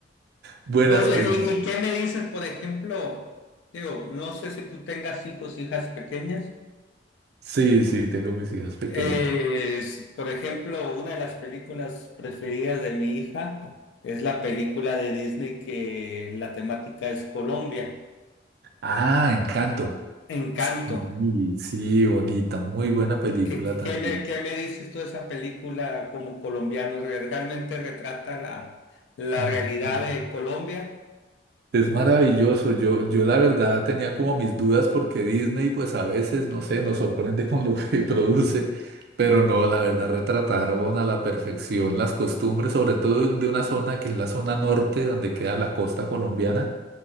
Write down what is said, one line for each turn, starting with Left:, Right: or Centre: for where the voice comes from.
Right: Buenas
Left: Oye,
Right: películas.
Left: ¿y, y qué me dices, por ejemplo? Digo, no sé si tú tengas hijos, hijas pequeñas.
Right: Sí, sí, tengo mis hijas pequeñas.
Left: Eh, es, por ejemplo, una de las películas preferidas de mi hija es la película de Disney que la temática es Colombia,
Right: Ah, Encanto.
Left: Encanto.
Right: Sí, sí, bonita, muy buena película
Left: ¿Qué, qué-
Right: también.
Left: qué me, qué me dices tú de esa película como colombiano? ¿Realmente retrata la, la
Right: Mm,
Left: realidad
Right: mm,
Left: de Colombia?
Right: Es maravilloso. Yo, yo la verdad tenía como mis dudas porque Disney, pues a veces, no sé, nos sorprende con lo que <laughs> produce, pero no, la verdad retrataron a la perfección las costumbres, sobre todo de una zona que es la zona norte, donde queda la costa colombiana